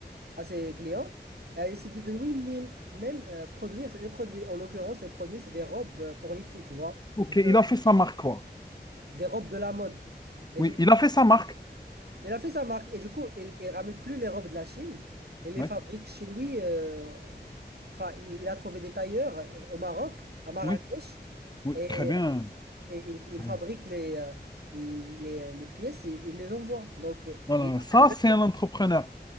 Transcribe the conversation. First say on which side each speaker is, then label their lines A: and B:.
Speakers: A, on the right (about 65°); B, on the left (about 25°).
A: à ses clients et a décidé de lui-même même, euh, produire les produits. En l'occurrence, les produits, c'est des robes euh, pour les filles, tu vois,
B: Ok,
A: de-
B: il a fait sa marque, quoi.
A: des robes de la mode. Et
B: Oui,
A: du coup,
B: il a fait sa marque.
A: il a fait sa marque. Et du coup, il ne ramène plus les robes de la Chine. Il les
B: Ouais.
A: fabrique chez lui. euh, Enfin, il il a trouvé des tailleurs euh, au Maroc, à Marrakech,
B: Oui, oui,
A: et,
B: très bien.
A: et il, il
B: Très
A: fabrique
B: bien.
A: les, euh, il- les, les pièces et il les envoie. Donc, euh,
B: Voilà,
A: et il a
B: ça
A: fait vraiment
B: c'est un entrepreneur.